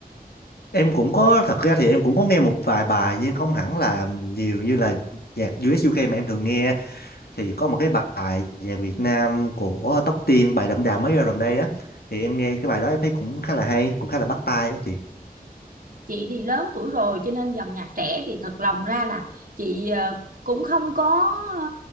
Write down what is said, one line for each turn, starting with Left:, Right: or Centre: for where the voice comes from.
Left: em cũng có thật ra thì em cũng có nghe một vài bài nhưng không hẳn là nhiều như là nhạc US UK mà em thường nghe thì có một cái bài về Việt Nam của Tóc Tiên bài Đậm Đà mới ra gần đây á thì em nghe cái bài đó em thấy cũng khá là hay cũng khá là bắt tai á chị
Right: chị thì lớn tuổi rồi cho nên dòng nhạc trẻ thì thật lòng ra là chị ờ, cũng không có ờ,